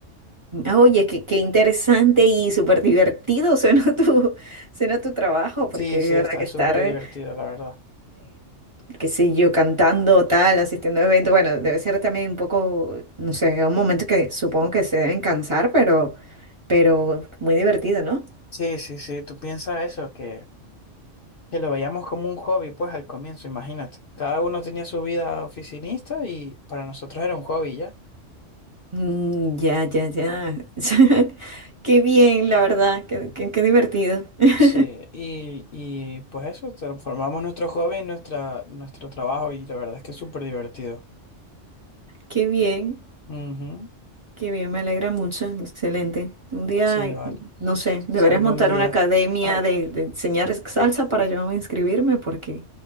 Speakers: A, on the right; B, on the left.
A: Oye, qué, qué interesante y súper divertido <laughs> suena tu, suena tu trabajo, porque
B: Sí,
A: de
B: sí, está
A: verdad que estar,
B: súper
A: eh,
B: divertido, la verdad.
A: qué sé yo, cantando tal, asistiendo a eventos, bueno, debe ser también un poco, no sé, un momento que supongo que se deben cansar, pero, pero muy divertido, ¿no?
B: Sí, sí, sí, tú piensas eso, que, que lo veíamos como un hobby, pues al comienzo, imagínate. Cada uno tenía su vida oficinista y para nosotros era un hobby ya.
A: Mm, ya, ya, ya. <laughs> Qué bien, la verdad, qué, qué qué divertido. <laughs>
B: Sí, y, y pues eso, transformamos nuestro hobby en nuestra, nuestro trabajo y la verdad es que es súper divertido.
A: Qué bien.
B: Ujú,
A: Qué bien, me alegra mucho, excelente. Un día,
B: Sí, vale.
A: no sé, deberías
B: Algún
A: montar
B: día.
A: una academia
B: Al-
A: de, de enseñar es- salsa para yo inscribirme porque